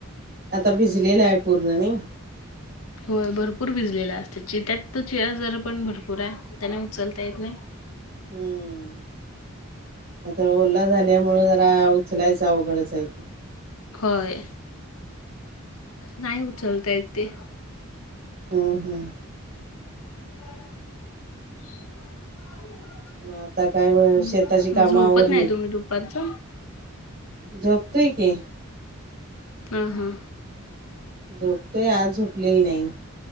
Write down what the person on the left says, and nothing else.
होय भरपूर भिजलेला असतय, चीरत्यात त चिरा जरा पण भरपूर आहे. त्यन उचलता येत नाही.
होय, नाही उचलता येत ते.
<unintelligible>
हं,
झोपत
नाही तुम्ही दुपारचं
हां हां.